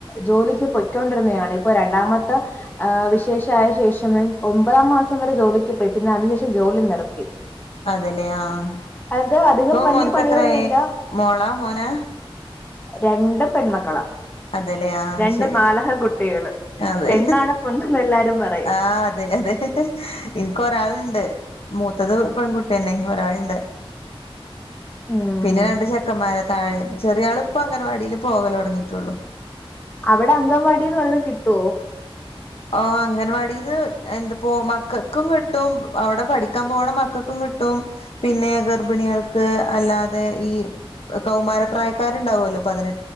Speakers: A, on the left; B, on the left.
A: ജോലിക്ക് പൊയ്ക്കൊണ്ടിരുന്നെണ് ഇപ്പൊ രണ്ടാമത്ത ആ വിശേഷായ ശേഷം ഒമ്പതാം മാസം വരെ ജോലിക്ക് പോയി പിന്നെ അതിനുശേഷം ജോലി നിർത്തി
B: അതെ ലെ ആഹ്
A: അത് അധികം
B: ഇപ്പൊ
A: വലിയ
B: മോൻക്ക്
A: പണിയൊന്നുമില്ല
B: എത്ര ആയി മോളാ മോനാ
A: രണ്ടും പെൺമക്കളാ
B: അതെ ലെ ആഹ്
A: രണ്ട്
B: ശരി
A: മാലഹ കുട്ടികള്
B: അതെ
A: പെണ്ണാണ് പൊണ്ണെന്ന് എല്ലാരും പറയും
B: ആ അതെ അതെ ഇൻക്ക് ഒരാള്ണ്ട് മൂത്തത് പെൺകുട്ടിയന്നെ ഒരാള്ണ്ട്
A: ഉം
B: പിന്നെ രണ്ട് ചെക്കന്മാര താഴെ ചെറിയ ആൾ ഇപ്പൊ അംഗൻവാടിൽ പോകൽ തൊടങ്ങിട്ടോള്ളു
A: അവിടെ അങ്കൻവാടിന്ന് വല്ലതും കിട്ടുവോ
B: അംഗൻവാടിന്ന് എന്തപ്പോ മക്കക്കും കിട്ടും അവ്ടെ പഠിക്കാൻ പോണ മക്കക്കും കിട്ടും പിന്നെ ഗർഭിണിയൾക്ക് അല്ലാതെ ഈ കൗമാരപ്രായക്കാരുണ്ടാവൊല്ലോ പതിനെ